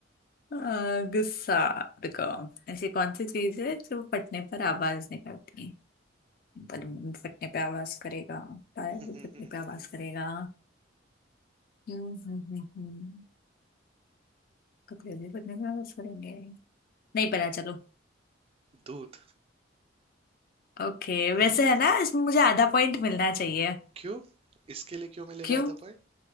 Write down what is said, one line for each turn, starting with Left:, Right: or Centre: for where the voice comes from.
Left: आ, गुस्सा रुको ऐसी कौन सी चीज है जो फटने पर आवाज निकालती है बलून भी फटने पे आवाज करेगा टायर
Right: <laughs>
Left: भी फटने पे आवाज करेगा हम्म हम्म हम्म हम्म। कपड़े भी पहनने में वापस करेंगे नहीं पता चलो
Right: दूध
Left: ओके वैसे
Right: <laughs>
Left: है ना इसमें मुझे आधा पॉइंट मिलना चाहिए
Right: क्यों इसके लिए क्यों मिलेगा
Left: क्यों
Right: आधा पॉइंट